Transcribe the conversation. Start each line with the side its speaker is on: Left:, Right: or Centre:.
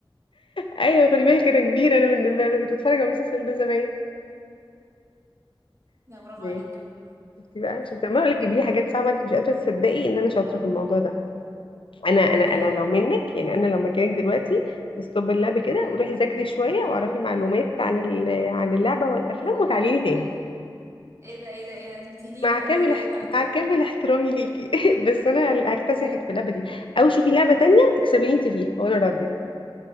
Left: ايوه خدي بالك انا كبيره انا من أنا كنت بتفرج على المسلسل ده زمان
Right: <laughs> لا برافو
Left: ماشي
Right: عليك والله
Left: شفتي بقى شفتي لما
Right: مم.
Left: اقول لك جيبي لي حاجات صعبه انت مش قادره تصدقي ان انا شاطره في الموضوع ده انا انا
Right: ايوه
Left: انا لو منك يعني انا لو مكانك دلوقتي استوب اللعب كده
Right: أمم.
Left: وروحي ذاكري شويه واعرفي معلومات عن ال- عن اللعبه والافلام
Right: ايه ده
Left: وتعالي لي تاني
Right: ايه ده ايه ده ايه ده ايه ده انت بتهنيني
Left: مع
Right: بقى
Left: كامل
Right: ولا
Left: احت...
Right: ايه بقى
Left: مع كامل احترامي ليكي <laughs> بس انا اللي هكتسحك في اللعبه دي او شوفي لعبه تانية تكسبيني انت فيها وانا راضيه